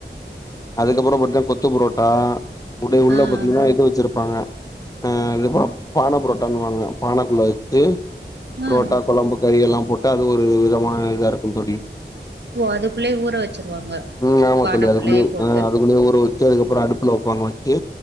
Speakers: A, on the left; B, on the right.
A: அதுக்கப்பற பாத்தீங்கன்னா கொத்து பரோட்டா உட உள்ள
B: ஆ ஆ
A: பாத்தீங்கன்னா இது வச்சிருப்பாங்க ஆ அதுப்பற பானை புரோட்டான்னுவங்கங்க பானைக்குள்ள வச்சு புரோட்டா
B: ஆ
A: கொழம்பு கறி எல்லா போட்டு அது ஒரு விதமான இதா இருக்கும் தோழி
B: ஓ அதுக்குள்ளயே ஊற வச்சிருவாங்க
A: ம் ஆமா
B: பானக்குள்ளயே
A: தோழி அதுக்குள்ளயே
B: போட்டு
A: ஆஹ் அதுக்குள்ளயே ஊற வைச் சி அதுக்கப்பற அடுப்புல வைப்பாங்க வச்சு